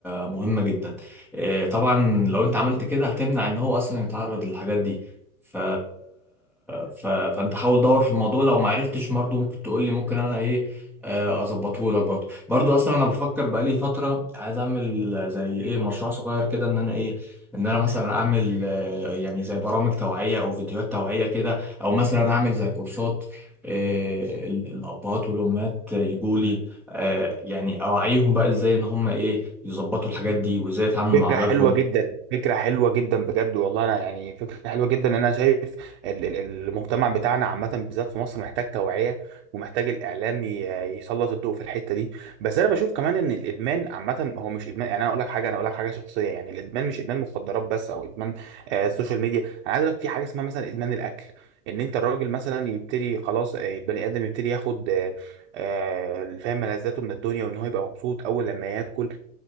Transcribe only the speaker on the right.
فكرة
حلوة جدا فكرة حلوة جدا بجد والله أنا يعني فكرة حلوة جدا أنا شايف ال- ال- المجتمع بتاعنا عامة بالذات في مصر محتاج توعية ومحتاج الإعلام ي- يسلط الضوء في الحتة دي بس أنا بشوف كمان إن الإدمان عامة هو مش إدمان يعني أنا أقول لك حاجة أنا أقول لك حاجة شخصية يعني الإدمان مش إدمان مخدرات بس أو إدمان آه، السوشيال ميديا أنا عايز أقول لك في حاجة اسمها مثلا إدمان الأكل إن أنت الراجل مثلا يبتدي خلاص آه، بني آدم يبتدي ياخد آه، آه، فاهم ملذاته من الدنيا وإن هو يبقى مبسوط أول لما ياكل